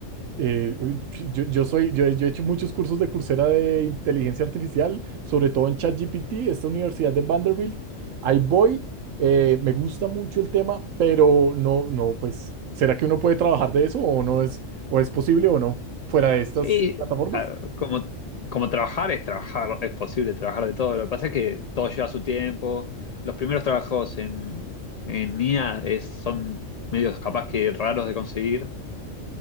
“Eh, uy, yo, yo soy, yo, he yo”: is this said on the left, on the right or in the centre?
Right